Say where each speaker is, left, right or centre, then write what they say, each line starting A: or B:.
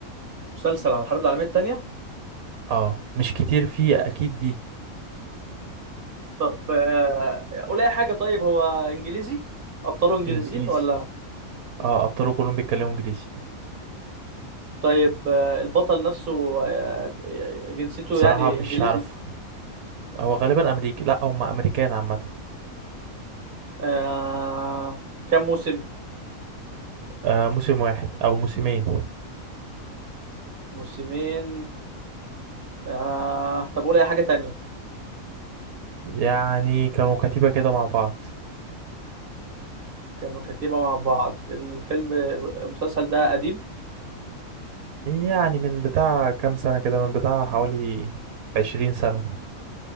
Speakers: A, on the right; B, on the right.
A: مسلسل عن الحرب العالميه الثانيه
B: اه مش كتير فيه أكيد دي
A: طب آه، قول اي حاجه طيب هو انجليزي ابطاله انجليزيين
B: إنجليزي
A: ولا
B: اه أبطاله كلهم بيتكلموا إنجليزي
A: طيب آه، البطل نفسه آه، جنسيته
B: بصراحة
A: يعني
B: مش
A: انجليزي
B: عارف هو غالبا أمريكي لأ هما أمريكان عامة
A: آه، كم موسم
B: آه موسم واحد أو موسمين
A: موسمين آه، طب قول اي حاجه تانية
B: يعني كانوا كتيبة كده مع بعض
A: كانوا كتيبة مع بعض الفيلم المسلسل ده قديم
B: يعني من بتاع كام سنة كده من بتاع حوالي عشرين سنة